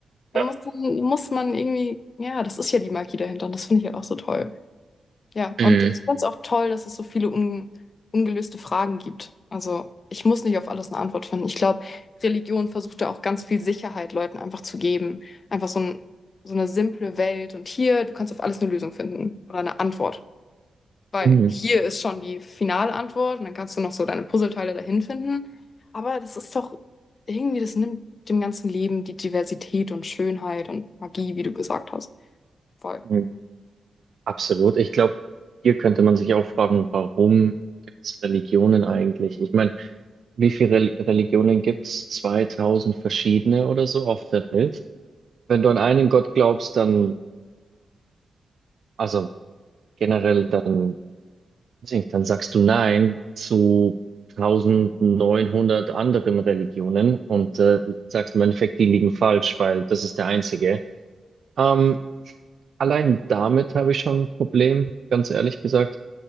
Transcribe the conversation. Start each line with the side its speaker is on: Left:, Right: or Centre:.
Left: da
Right: ja.
Left: muss, man- muss man irgendwie, ja, das ist ja die Magie dahinter und das finde ich halt auch so toll. Ja,
Right: Mhm.
Left: und ich fand es auch toll, dass es so viele un ungelöste Fragen gibt. Also ich muss nicht auf alles eine Antwort finden. Ich glaube, Religion versucht da auch ganz viel Sicherheit Leuten einfach zu geben. Einfach so ein, so eine simple Welt. Und hier, du kannst auf alles eine Lösung finden oder eine Antwort. Weil
Right: Mhm.
Left: hier ist schon die finale Antwort und dann kannst du noch so deine Puzzleteile dahin finden. Aber das ist doch irgendwie, das nimmt dem ganzen Leben die Diversität und Schönheit und Magie, wie du gesagt hast. Voll.
Right: Mhm. Absolut. Ich glaube, hier könnte man sich auch fragen, warum gibt es Religionen eigentlich? Ich meine, wie viele Rel Religionen gibt's? 2000 verschiedene oder so auf der Welt. Wenn du an einen Gott glaubst, dann, also generell, dann Deswegen, dann sagst du Nein zu 1900 anderen Religionen und äh, sagst im Endeffekt, die liegen falsch, weil das ist der einzige. Ähm, allein damit habe ich schon ein Problem, ganz ehrlich gesagt.